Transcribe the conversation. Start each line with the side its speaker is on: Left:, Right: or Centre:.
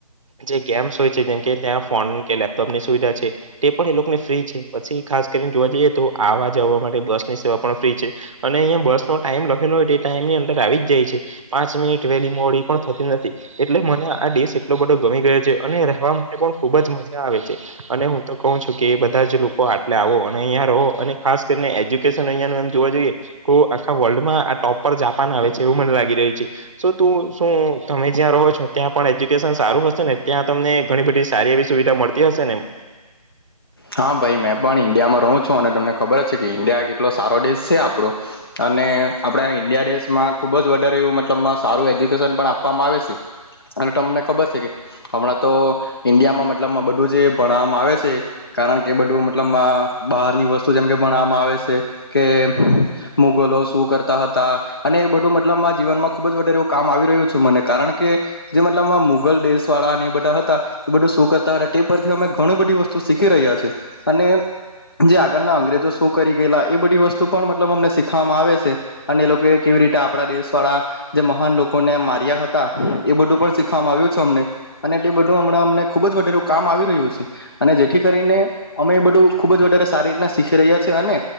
Right: જે ગેમ્સ હોય છે જેમ કે ત્યાં ફોન કે લેપટોપની સુવિધા છે તે પણ એ લોકોને ફ્રી છે પછી ખાસ કરીને જોવા જઈએ તો આવા જવા માટે બસ ની સેવા પણ ફ્રી છે અને અહીંયા બસ નો ટાઈમ લખેલો હોય ટાઈમની અંદર આવી જાય છે પાંચ મિનિટ વહેલી મોડી પણ થતી નથી એટલે મને આ દેશ એટલો બધો ગમી ગયો છે અનેવા માટે પણ ખુબ જ મજા આવે છે અને હું તો કહું છું કે એ બધા જ લોકો આટલે આવો અને રહો અને ખાસ કરીને એજ્યુકેશન અ એમ જોઈએ તો આખા વર્લ્ડમાં આ ટોપ પર આવે છે એવું મને લાગી રહ્યું છે તો તું શું તમે જ્યાં રહો છો ત્યાં પણ એજ્યુકેશન સારું હશે ને ત્યાં તમને ઘણી બધી સારી એવી સુવિધા મળતી હશે ને
Left: હા ભાઈ મેં પણ ઈન્ડિયામાં રહું છું અને તમને ખબર છે કે ઈન્ડિયા કેટલો સારો દેશ છે આપણો અને આપણા ઈન્ડિયા દેશમાં ખૂબ જ વધારે એવું મતલબ સારું એજ્યુકેશન પણ આપવામાં આવે છે અને તમને ખબર છે કે હમણાં તો ઈન્ડિયામાં મતલબ બધું જે ભણવામાં આવે છે કારણ કે બધું મતલબ બહારની વસ્તુ જેમ કે ભણવામાં આવે છે કે મુગલ શું કરતા હતા અને એ બધું મતલબ જીવનમાં ખુબ વધારે એવું કામ આવી રહ્યું છું મને કારણ કે જે મતલબમાં મુગલ દેશ વાળા એ બધા હતા એ બધું શું કરતા હતા તે પરથી અમે ઘણું બધી વસ્તુ શીખી રહ્યા છે અને જે આગળના અંગ્રેજો શું કરી ગયેલા એ બધી વસ્તુ પણ મતલબ અમને શીખવામાં આવે છે અને એ લોકો કેવી રીતે આપણા દેશ વાળા જે મહાન લોકોને માર્યા હતા એ બધું પણ શીખવામાં આવ્યું છે અમને અને તે બધું અ અમને ખુબ જ વધારે કામ આવી રહ્યું છે અને જેથી કરીને અમે બધું ખુબ જ વધારે સારી રીતના શીખી રહ્યા અને